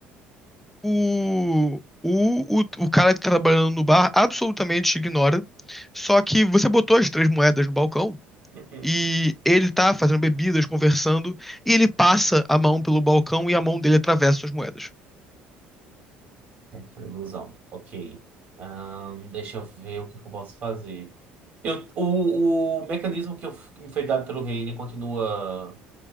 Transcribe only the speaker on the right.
Uhum.
É, foi ilusão. Ok. Ahn, deixa eu ver o que, que eu posso fazer. Eu, o, o mecanismo que, eu, que me foi dado pelo Reine continua.